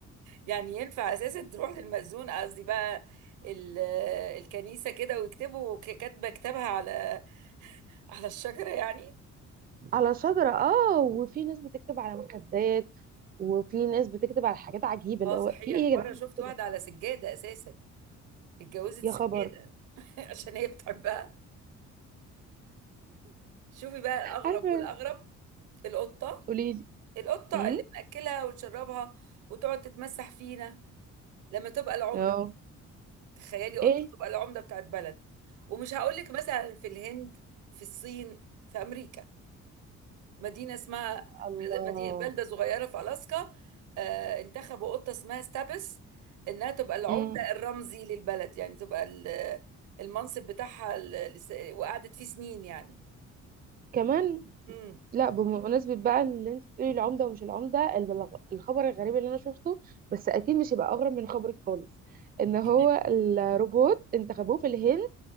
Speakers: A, on the right; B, on the right.
A: يعني ينفع اساسا تروح للمأذون قصدي بقى ال... الكنيسه كده ويكتبوا ك- كاتبه كتابها على على الشجره يعني
B: على شجرة اه وفي ناس بتكتب على مخدات وفي ناس بتكتب على حاجات عجيبة
A: اه
B: اللي هو
A: صحيح
B: في ايه
A: مره
B: يا جدعان
A: شفت
B: مش كده
A: واحده على سجاده اساسا اتجوزت
B: يا
A: سجاده
B: خبر
A: <laughs> عشان هي بتحبها شوفي بقى الاغرب
B: عارفة
A: والاغرب القطه
B: قوليلي
A: القطة
B: امم
A: اللي بنأكلها ونشربها وتقعد تتمسح فينا لما تبقى العمدة
B: اه
A: تخيلي قطة
B: ايه
A: تبقى العمدة بتاعت بلد ومش هقولك مثلا في الهند في الصين في أمريكا مدينة اسمها
B: الله
A: مدينة بلدة صغيرة في ألاسكا آه انتخبوا قطة اسمها ستابس إنها تبقى العمدة
B: مم.
A: الرمزي للبلد يعني تبقى ال- المنصب بتاعها ال- لس- وقعدت فيه سنين يعني
B: كمان
A: مم.
B: لا بمناسبة بقى اللي انت بتقولي العمدة ومش العمدة البلغ- الخبر الغريب اللي انا شفته بس اكيد مش هيبقى اغرب من خبرك خالص ان هو
A: <laughs>
B: الروبوت انتخبوه في الهند